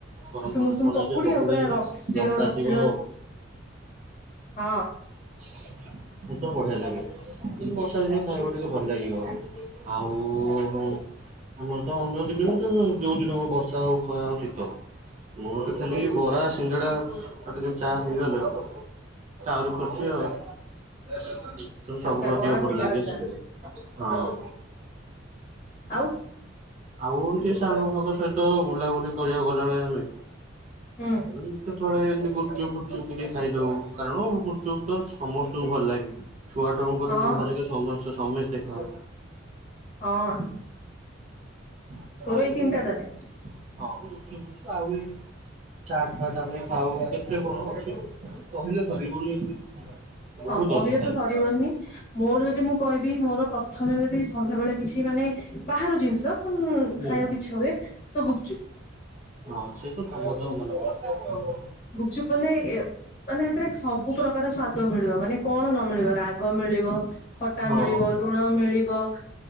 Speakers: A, on the right (about 35°); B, on the left (about 30°).
A: ଗରମ
B: ଉଷୁମ
A: ଗରମ
B: ଉଷୁମ
A: ଛଣା
B: ପକୁଡି
A: ହେଇଥିବ
B: ଆଉ ପୁରା ରସିଳ
A: ଲଙ୍କା
B: ରସିଳ
A: ଥିବ
B: ହଁ।
A: ସେତ ବଢିଆ ଲାଗେ। ବର୍ଷା ଦିନେ ଖାଇବ ଟିକେ ଭଲ ଲାଗିବ ଆଉ ଆମର ତ ଅନ୍ୟ ଦିନ ତ ଯୋଉ ଦିନ ହଉ ବର୍ଷା ହଉ ଖରା ହଉ ଶୀତ ହଉ। ମୋର ତ ଖାଲି ବରା ସିଙ୍ଗଡା ଆଉ ଟିକେ ଚା ହେଇଗଲେ। ତ ଆହୁରି ଖୁସି ଆଉ ତ
B: ଆଚ୍ଛା
A: ସବୁରୁ
B: ବରା
A: ଅଧିକ
B: ସିଙ୍ଗଡା
A: ଭଲ ଲାଗେ
B: ଚା
A: ସିବ ହଁ।
B: ଆଉ।
A: ଆଉ ଏମିତି ସାଙ୍ଗଙ୍କ ସହିତ ବୁଲାବୁଲି କରିବାକୁ ଗଲାବେଳେ <unintelligible>
B: ହୁଁ
A: ଆଉ କେତେବଳେ ଏମତି ଗୁପଚୁପ ଫୁପଚୁପ ଟିକେ ଖାଇଦଉ କାରଣ ଗୁପଚୁପ ତ ସମସ୍ତଙ୍କୁ ଭଲ ଲାଗେ। ଛୁଆ ଟାକୁ କରି
B: ହଁ
A: ବୁଢା
B: ହଁ।
A: ଯାକେ ସମସ୍ତେ ସମସ୍ତେ ଖାଉ।
B: ହଁ।
A: <unintelligible>
B: ତୋର ଏଇ ତିନିଟା ତାହେଲେ
A: ଚାଟ୍ ଫାଟ ଆମେ ଖାଉ କେତେ କଣ ଅଛି କହିଲେ ସରିବନି। ବହୁତ
B: ହଁ କହିଲେ
A: ଅଛି ଖାଇବା
B: ତ ସରିବନି ମୋର ଯଦି ମୁଁ କହିବି ମୋର ପ୍ରଥମେ ଯଦି ସନ୍ଧ୍ୟାବେଳେ କିଛି ମାନେ ବାହାର ଜିନିଷ ଉଁ
A: ହୁଁ।
B: ଖାଇବାକୁ ଇଛା ହୁଏ ତ ଗୁପଚୁପ।
A: ହଁ ସେ ତ ସମସ୍ତଙ୍କୁ ମନେ ପ
B: ଗୁପଚୁପ ମାନେ ମାନେ ସେଥିରେ ସବୁ ପ୍ରକାର ସ୍ଵାଦ ମିଳିବ ମାନେ କଣ ନ ମିଳିବ ରା ରାଗ ମିଳିବ ଖଟା
A: ହଁ
B: ମିଳିବ
A: ହଁ।
B: ଲୁଣ ମିଳିବ